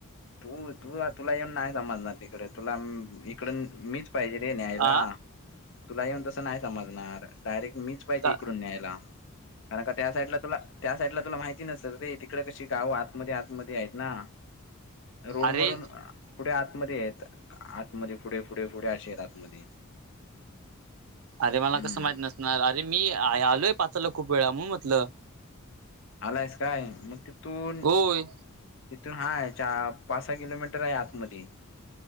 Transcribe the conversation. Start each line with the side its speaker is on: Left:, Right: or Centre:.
Left: तू तू, तुला येन नाही समजणार तिकडे तुला हम ती तिकडं मीच पाहिजे रे, न्यायला
Right: आ
Left: तुला येऊन तस नाही समजणार डायरेक्ट मीच पाहिजे
Right: का
Left: इकडून न्यायला कारण का त्या साईडला तुला त्या साईडला तुला माहिती नसल रे, तिकडे कशी गावं आतमध्ये आतमध्ये आहेत ना, रोड
Right: अरे
Left: मरून पुढे आतमध्ये आहेत आतमध्ये पुढे पुढे पुढे, असे आहेत आतमध्ये
Right: अरे, मला
Left: हम्म
Right: कसं माहित नसणार अरे मी आलोय, पाचला खूप वेळा म्हणून म्हटलं.
Left: आलायस काय मग तिथून
Right: होय
Left: तिथून हाय, चा पाच- सहा किलोमीटर आहे. आतमध्ये